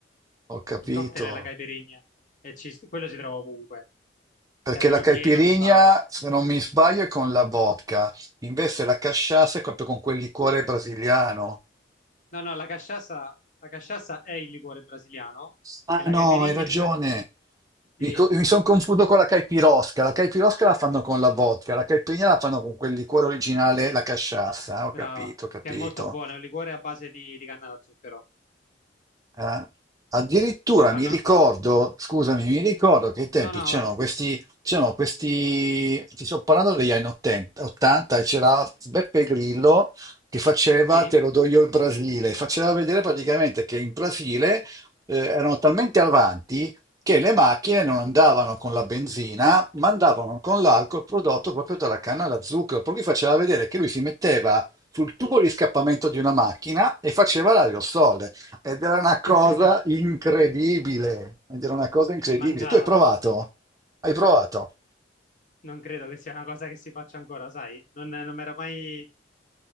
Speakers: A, on the right; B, on the left.
A: ho capito.
B: Il cocktail è la caipirinha. E ci- quello si trova ovunque.
A: Perché
B: Cioè, è proprio
A: la caipirinha,
B: pieno di bar.
A: se non mi sbaglio, è con la vodka, invece la casciassa è proprio con quel liquore brasiliano.
B: No, no, la casciassa, la casciassa è il liquore brasiliano.
A: Ah
B: E la
A: no,
B: caipirinha
A: hai ragione.
B: in Brasile...
A: Mi,
B: Sì,
A: sono confuso con la caipirosca. La caipirosca la fanno con la vodka, la caipirinha la fanno con quel liquore originale, la casciassa.
B: brava.
A: Ho capito, ho capito.
B: Che è molto buono, è un liquore a base di, di canna da zucchero.
A: Eh, addirittura
B: E fanno...
A: mi ricordo, scusami, mi ricordo che ai tempi
B: No, no,
A: c'erano
B: vai.
A: questi, c'erano questi, ti sto parlando degli anni 80, 80, e c'era Beppe Grillo che faceva
B: Sì.
A: Te lo do io il Brasile, faceva vedere praticamente che in Brasile eh, erano talmente avanti che le macchine non andavano con la benzina, ma andavano con l'alcol prodotto proprio dalla canna alla zucchero, per cui faceva vedere che lui si metteva sul tubo di scappamento di una macchina e faceva l'aerosol. Ed era una cosa
B: <laughs>
A: incredibile. Ed era una cosa incredibile.
B: Mi mancava,
A: Tu hai provato? Hai provato?
B: non credo che sia una cosa che si faccia ancora, sai? Non, non mi era mai,